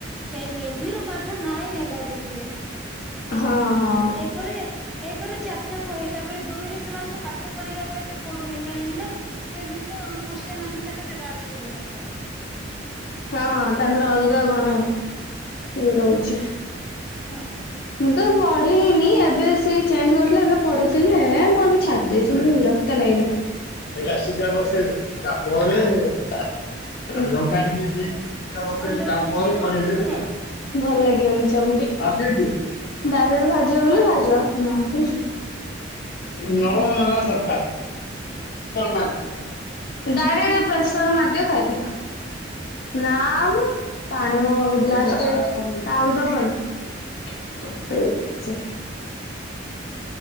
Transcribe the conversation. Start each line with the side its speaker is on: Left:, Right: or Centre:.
Centre: କେ ଭି ର ପାଠ ନାଇଁ ଏକା ଦିଦି।
Left: ହଁ ହଁ।
Centre: ଏକରେ ଏକରେ ଚାରିଟା ବହି, ତାପରେ ଦୁଇରେ ସେମାନଙ୍କୁ ପାଠ ପଢେଇବାକୁ ଏତେ ପଡୁନି, କାହିଁକି ନା ସେ ଭିତରୁ କ୍ୱଶ୍ଚିନ୍ ଆଁସର ରେ ସେଟା ଆସୁନି ତାଙ୍କର
Left: ହଁ ତାଙ୍କର ଅଲଗା କଣ ଇଏ ରହୁଛି।
Centre: ହୁଁ।
Left: ମୁଁ ତ ପଢେଇନି। ଏବେ ସିଏ ଚେଞ୍ଜ କରିଥିଲା ଏବେ ପଢୁଥିଲି ହେଏ ମୁଁ ଏବେ ଛାଡିଦେଇଛିି ମାନେ ବିରକ୍ତ ଲାଗିଲା। ଏଇଟା ସିଝା ବସେଇ ଦେ। ତାପରେ ଅ ଲଙ୍କା ଟିକେ ଦେଇ ସିଝା ବସେଇଦେ
Centre: ଅଞ୍ଜଳି
Left: ତାପରେ
Centre: ରୋଷେଇ କରୁଛି
Left: କଡେଇରେ
Centre: କି ନାଇଁ
Left: ତାକୁ, ଭଲ ଲାଗିବନି ସେମିତି। ଢାପିଦେ। ଡାଇରେକ୍ଟ ଭାଜିବ ବୋଲେ
Centre: ଅ
Left: ଭାଜ ନୋହଲେ ନାଇ। <inaudible> <unintelligible> ପ୍ରେସର ମାରଦେ। ଡାଇରେକ୍ଟ ପ୍ରେସର୍ ମାରିଦିଅ। ଖାଇଦିଅ। ନା ମ, ପାଣୀୟ ଗ୍ଲାସ ଟା। <unintelligible> କଉଦ ପଡି। <unintelligible>